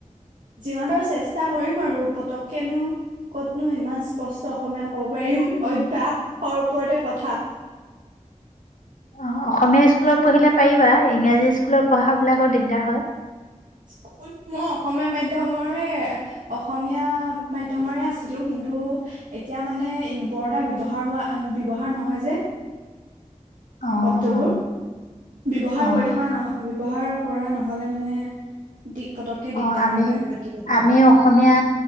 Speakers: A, on the right; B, on the left.
A: যিমান বাৰু চেষ্টা কৰিম আৰু পতককেনো ক'তনো সিমান স্পষ্ট অসমীয়া ক'ব পাৰিম অভ্যাসৰ ওপৰতে কথা।
B: অ', অসমীয়া স্কুলত পঢ়িলে পাৰিবা, ইংৰাজী স্কুলত পঢ়াবিলাকৰ দিগদাৰ হয়।
A: স্কুল মই অসমীয়া মাধ্যমৰে অসমীয়া মাধ্যমৰে আছিলোঁ কিন্তু এতিয়া মানে বৰদা ব্যৱহাৰ হোৱা ব্যৱহাৰ নহয় যে।
B: অ
A: শব্দবোৰ।
B: অ
A: ব্যৱহাৰ
B: অ
A: কৰি থকা নহ, ব্যৱহাৰ কৰা নহ'লে মানে দি পতককে দিগদাৰ
B: অ', আমি
A: হয় পাতি
B: আমি অসমীয়া